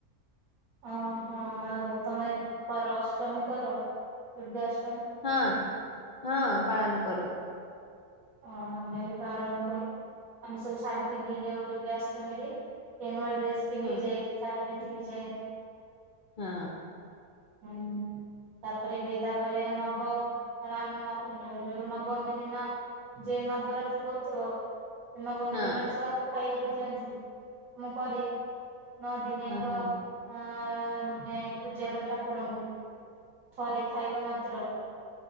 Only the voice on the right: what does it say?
ଓହୋ ଆଉ ତମେ କର ଅଷ୍ଟମୀ କର ଦୁର୍ଗାଷ୍ଟ
ଓ ଆମେ ବି ପାାରନ କରୁ ଆମେ ସବୁ ଶାଢୀ ପିନ୍ଧିକି ଯାଉ ଦୁର୍ଗଶ୍ରମୀରେ କେୁଆ ଡ୍ରେସ ପିନ୍ଧିକି
ଯାଇକି ଶାଢ଼ୀ <unintelligible> ଯାଏ।
ହୁଁ ତାପରେ ବି ତାପରେ ନବ ରାମ ଯୋଉ ନବମୀ ଦିନ ଯେ ନବରାତ୍ରି କହୁଥିବ। ନବମୀ
ଦିନ ଛୁଆଙ୍କୁ ଖାଇବାକୁ ଦିଅନ୍ତି ମୁ କରି ନଅ ଦିନିଆଙ୍କ
ଅ ମାନେ ପୂଜା କରେ ଠାକୁରଙ୍କୁ ଥରେ ଖାଇବ ମାତ୍ର